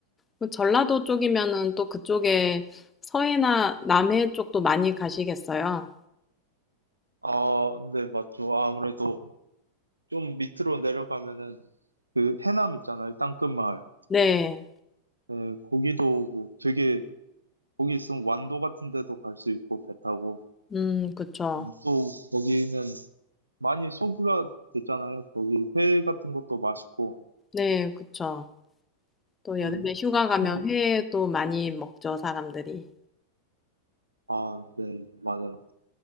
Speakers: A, on the left; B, on the right.
A: 그 전라도 쪽이면은 또 그쪽에 서해나 남해 쪽도 많이 가시겠어요.
B: 아, 네, 맞죠. 아무래도 좀 밑으로 내려가면은 그 해남 있잖아요. 땅끝마을.
A: 네.
B: 예, 거기도 뭐 되게 거기 있으면 완도 같은 데도 갈 수 있고 배 타고
A: 음, 그쵸.
B: 음, 또 거기는 많이 소주가 됐잖아요. 거기 회 같은 것도 맛있고
A: 네, 그쵸. 또 여름에
B: 음,
A: 휴가 가면
B: 또
A: 회도 많이 먹죠, 사람들이.
B: 아, 네, 맞아요.